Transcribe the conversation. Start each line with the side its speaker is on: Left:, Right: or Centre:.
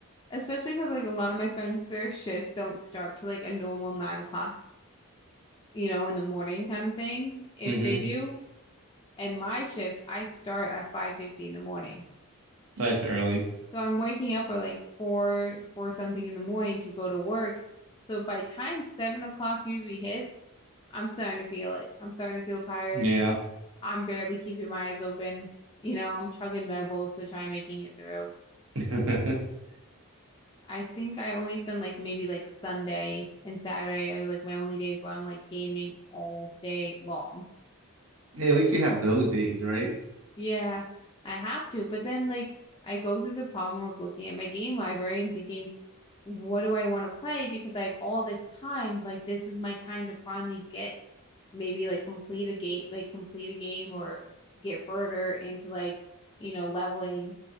Left: Especially because like a lot of my friends, their shifts don't start to like a normal nine o'clock, you know, in the morning kind of thing. If
Right: Mm-hmm.
Left: they do, and my shift, I start at 5:50 in the morning.
Right: That's early.
Left: So I'm waking up at like four four something in the morning to go to work. So by time seven o'clock usually hits, I'm starting to feel it. I'm starting to feel tired.
Right: Yeah.
Left: I'm barely keeping my eyes open. You know, I'm chugging Red Bulls to try making it through.
Right: <laughs>
Left: I think I only spend like maybe like Sunday and Saturday are like my only days where I'm like gaming all day long.
Right: Hey, at least you have those days, right?
Left: Yeah, I have to. But then, like, I go through the problem of looking at my game library and thinking, what do I want to play? Because I have all this time. Like, this is my time to finally get maybe like complete a game, like complete a game or get further into like, you know, leveling.